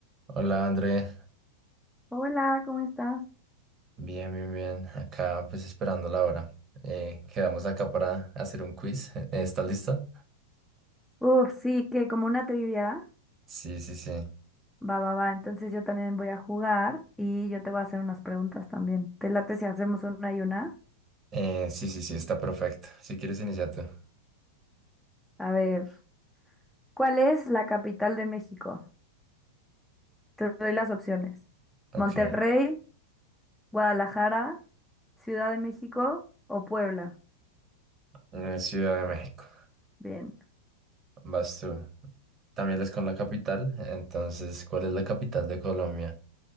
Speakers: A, on the right; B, in the centre.
A: Hola André,
B: Hola, ¿cómo estás?
A: bien, bien, bien. Acá pues esperando la hora. Eh, quedamos acá para hacer un quiz. <laughs> Eh, ¿Está lista?
B: Uf, sí, que como una trivia.
A: Sí, sí, sí.
B: Va, va, va. Entonces yo también voy a jugar y yo te voy a hacer unas preguntas también. ¿Te late si hacemos una y una?
A: Eh, sí, sí, sí, está perfecto. Si quieres iniciar tú.
B: A ver, ¿cuál es la capital de México? Te doy las opciones.
A: Ok.
B: Monterrey, Guadalajara, Ciudad de México o Puebla.
A: Eh, Ciudad de México.
B: Bien.
A: Vas tú. También es con la capital. Entonces, ¿cuál es la capital de Colombia?